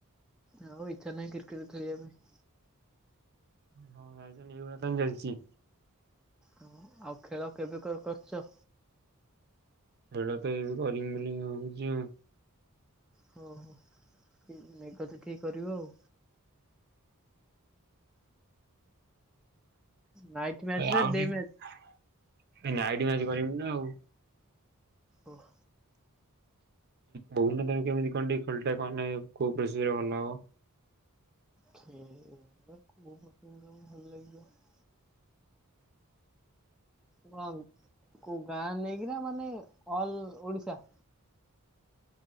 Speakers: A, in the centre; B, on the right (about 45°).
A: ଆଉ ଇଚ୍ଛା ନାହିଁ କ୍ରିକେଟ ଖେଳିବା ପାଇଁ।
B: ହଁ ଭାଇ ଏଇଭଳିଆ ତାନେ ଚାଲିଚି।
A: ହ ଆଉ ଖେଳ କେବେ କ କରୁଚ?
B: ଭେଳ ତ ଏବେ କରିମି <unintelligible> ବୋଲି ହଉଚି ଆଉ।
A: ହଉ ହଉ ମେଘ ଦେଖିକି କରିବ ଆଉ। ନାଇଟ୍ ମ୍ୟାଚ୍
B: ଆଉ
A: ନା ଡେ
B: ଟିକେ
A: ମ୍ୟାଚ୍?
B: ନାଇଟି ମ୍ୟାଚ କରିବି ନା ଆଉ।
A: ଓହ।
B: କହୁନ ତମେ କେମିତି କଣ ଟ ଖେଳଟା କହେ କୋଉ ପ୍ରସ ରେ ଭଲ ହବ।
A: <unintelligible> ଭଲ ଲାଗିବ। ହ କୋଉ ଗାଁ ନେଇକିନା ମାନେ ଅଲ ଓଡିଶା?